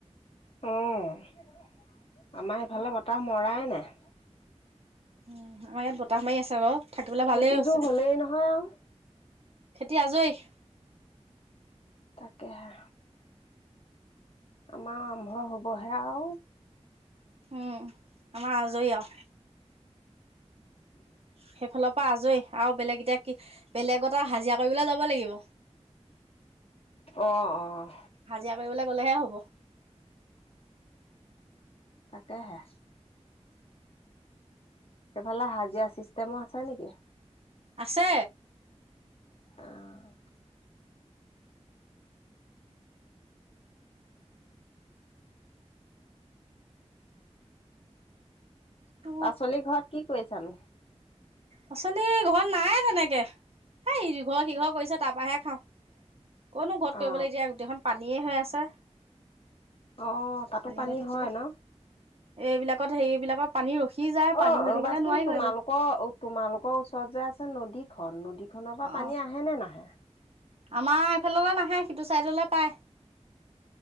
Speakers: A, on the left; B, on the right.
A: অ আমাৰ এইফালে বতাহ মৰাই নাই।
B: আমাৰ ইয়াত বতাহ মাৰি আছে বাও থাকিবলে
A: খেতিটো
B: ভালেই হৈছে।
A: হ'লেই নহয় আৰু
B: খেতি আজৰি?
A: তাকেহে। আমাৰ আৰম্ভ হ'বহে আও।
B: উম, আমাৰ আজৰি আও। সেইফালৰ পৰা আজৰি আও বেলেগ এতিয়া কি বেলেগত আও হাজিৰা কৰিবলৈ যাব লাগিব।
A: অ অ।
B: হাজিৰা মাৰিবলৈ গ'লেহে হব।
A: তাকেহে। সেইফালে হাজিৰা চিষ্টেমো আছে নি?
B: আছে।
A: অহ।
B: ঐ
A: পাচলি ঘৰত কি কৰিছানো?
B: পাচলি ঘৰত নাই তেনেকে। এই ইঘৰ-সিঘৰ কৰিছে তাৰ পাহে খাওঁ। কনো ঘৰত
A: অ
B: কৰিবলে এতিয়া গোটেখন পানীয়ে হৈ আছে।
A: অ তাতো পানী
B: হৈ থাকিলে
A: হয় ন?
B: এইবিলাকত হে এইবিলাকৰ পানী ৰখি যায়
A: অ
B: পানী হৈ
A: ৰবাচোন
B: থাকিলে নোৱাৰি
A: তোমালোকৰ
B: কৰিব
A: তোমালোকৰ ওচৰত যে আছে নদীখন নদীখনৰ
B: অ
A: পৰা পানী আহে নে নাহে?
B: আমাৰ এইফাললে নাহে সিটো চাইডলে পায়।